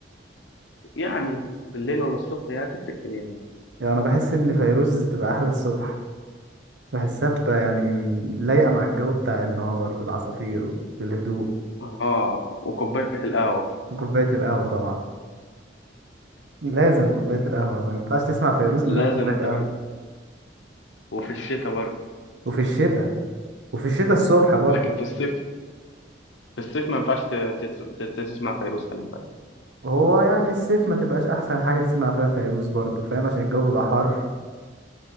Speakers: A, on the left; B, on the right.
A: يعني بالليل ولا الصبح هي هتفرق إيه يعني
B: يعني انا بحس ان فيروز تبقى احلى الصبح بحسها بتبقى يعني لايقة مع الجو بتاع النهار والعصافير والهدوء
A: آه وكوباية القهوة
B: وكوباية القهوة طبعا لازم كوباية القهوة ما ينفعش تسمع فيروز من غير
A: لازم
B: كوباية قهوة
A: در- وفي الشتاء برضه
B: وفي الشتاء وفي الشتاء الصبح برضه
A: لكن في الصيف في الصيف ما ينفعش ت- ت- ت- تسمع فيروز خلي بالك
B: هو يعني الصيف ما تبقاش احسن حاجه تسمع فيها فيروز برضو فاهم عشان الجو بيبقى حر